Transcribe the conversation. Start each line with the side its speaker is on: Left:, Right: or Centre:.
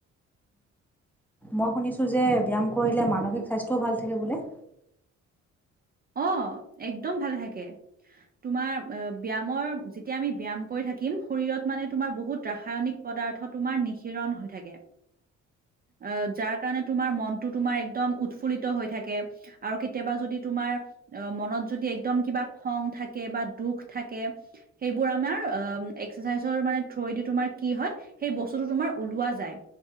Centre: মই শুনিছো যে ব্যায়াম কৰিলে মানসিক স্বাস্থ্যও ভাল থাকে বোলে
Right: অ একদম ভালে থাকে তোমাৰ ব্যায়ামৰ যেতিয়া আমি ব্যায়াম কৰি থাকিম শৰীৰত মানে তোমাৰ বহুত ৰাসায়নিক প পদাৰ্থ তোমাৰ নিশিৰণ হৈ থাকে আহ যাৰ কাৰণে তোমাৰ মনটো তোমাৰ একদম উৎফুল্লিত হৈ থাকে আৰু কেতিয়াবা যদি তোমাৰ অ মনত যদি এক্দম কিবা খং থাকে বা দুখ থাকে সেইবোৰ আমাৰ অ ইচ্চাজ থুৰেদী মানে কি হয়, সেই বস্তুটো তোমাৰ ওলোৱা যায়